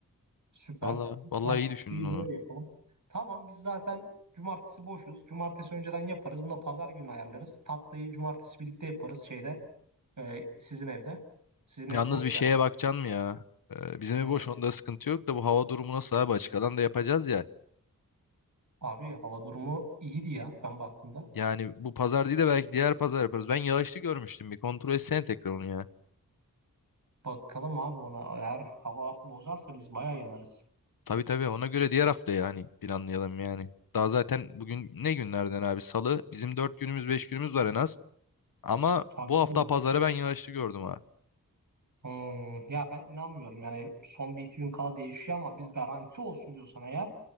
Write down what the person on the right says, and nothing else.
Süper.
Tatlıyı
böyle yapalım. Tamam biz zaten cumartesi boşuz. Cumartesi önceden yaparız. Bunu da pazar günü ayarlarız. Tatlıyı cumartesi birlikte yaparız şeyde. e, sizin evde. Sizin ev
boştu
herhalde.
Ne?
Abi hava durumu iyiydi ya ben baktığımda.
Bakalım abi ona eğer hava bozarsa biz bayağı yanarız.
Tabii
tabii.
Hmm, ya ben inanmıyorum yani son bir iki gün kala değişiyor ama biz garanti olsun diyorsan eğer